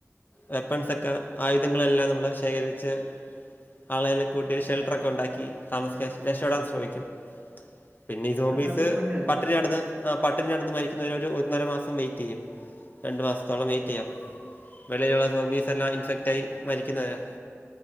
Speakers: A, on the left (about 35°); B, on the right (about 40°).
A: വെപ്പൺസൊക്കെ ആയുധങ്ങളെല്ലാം നമ്മൾ ശേഖരിച്ച്. ആളെല്ലാ കൂട്ടി ഷെൽട്ടറൊക്കെ
B: അത്
A: ഉണ്ടാക്കി താമസിക്കാ രക്ഷപ്പെടാൻ ശ്രമിക്കും. പിന്നെ ഈ സോംബീസ്
B: അത് നല്ല പോയിന്റ് ആണ്
A: പട്ടിണി കെടന്ന് ആ പട്ടണി കെടന്ന് മരിക്കുന്നവ ഒരു ഒന്നര മാസം വെയിറ്റ് ചെയ്യും രണ്ടു മാസത്തോളം വെയിറ്റ് ചെയ്യാം. വെള്ളിയിലുള്ള സോംബീസ് എല്ലാം ഇൻസെക്ക്റ്റായി മരിക്കുന്നവരേ